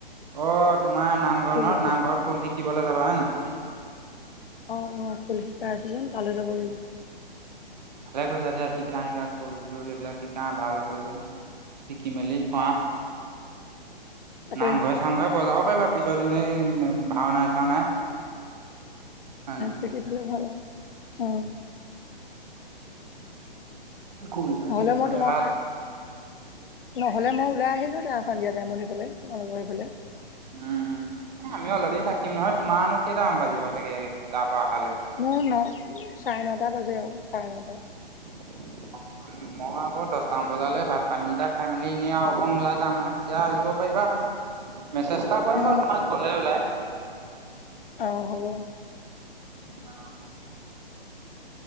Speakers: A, on the right; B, on the left.
A: অ, তোমাৰ নামঘৰ
B: খোল
A: ন?
B: শিক
A: নামঘৰ খোল শিকিবলৈ যাবা, হয় নে নাই।
B: অ, অ, খোল শিকাই আছে যে, তালৈ যাব লাগিব।
A: ভালে কৰিছা দিয়া। শিকা-শিকা খোল-সুল এইবিলাক শিকা ভাল কৰিছ। শিকি মেলি অ,
B: তাকে
A: নাম ঘোৰাই নামঘৰত বজাবও পাৰিবা। পিছত এনেই ভাওনা- চাওনাই, হয় নাই।
B: <inaudible> উম,
A: খোলটো
B: নহ'লে
A: শিকি
B: মই
A: থলে,
B: তোমাৰ
A: ভাল।
B: নহ'লে মই ওলাই আহিলোঁ হয়। তাৰ সন্ধিয়া টাইমত সিফালে, তোমালোকৰ সিফালে।
A: উম আমিও অলৰেডি থাকিম নহয়। তোমাৰনো কেইটামান বাজিব চাগে তাৰ পৰা অহালে?
B: মোৰ ন', চাৰে ন'টা বাজে আৰু, চাৰে ন'টা।
A: <unintelligible> মই আকৌ দহটামান বজালৈ ভাত-পানী কেইটা খাই মেলি এনেই আৰু অকণ ওলাই যাম নহয় তেতিয়া আহিব পাৰিবা। মেছেজটা কৰিম
B: অ
A: বাৰু তোমাক গ'লে ওলাই।
B: অ হ'ব।
A: অ।